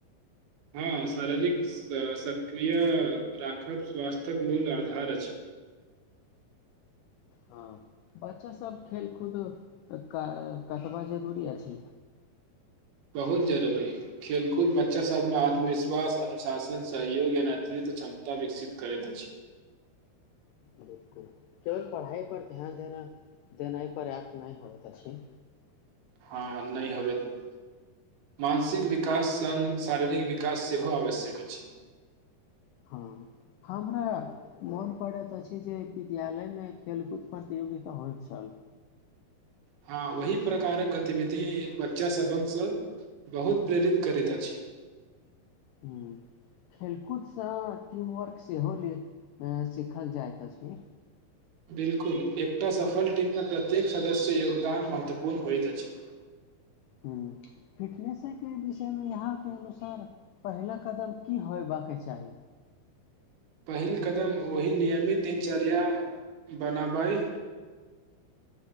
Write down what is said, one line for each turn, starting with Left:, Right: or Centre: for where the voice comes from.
Right: हँ शारीरिक सक्रिय राखब स्वास्थ्य्यक मूल आधार अछि
Left: हँ बच्चासभ खेलकूद क कतबा जरूरी अछि
Right: बहुत जरूरी खेलकूद बच्चा सभमे आत्मविश्वास अनुशासन सहयोग या नेतृत्व क्षमता विकसित करैत अछि
Left: बिलकुल केवल पढ़ाइ पर ध्यान देना देनाइ पर्याप्त नइ होइत अछि
Right: हँ नहि होबैत मानसिक विकास सङ्ग शारीरिक विकास सेहो आवश्यक अछि
Left: हँ हमरा मोन पड़ैत अछि जे विद्यालयमे खेलकूद प्रतियोगिता होइत छल
Right: हँ ओहि प्रकारक गतिविधि बच्चा सभक सँ बहुत प्रेरित करैत अछि
Left: हूँ खेलकूदसँ टीमवर्क सेहो ले सीखल जाइत अछि
Right: बिलकुल एकटा सफल टिम मे प्रत्येक सदस्य योगदान महत्वपूर्ण होइत अछि
Left: हूँ फिटनेसेके विषयमे आहाँके अनुसार पहिला कदम की होयबाक चाही
Right: पहिल कदम ओहि नियमित दिनचर्या बनाबै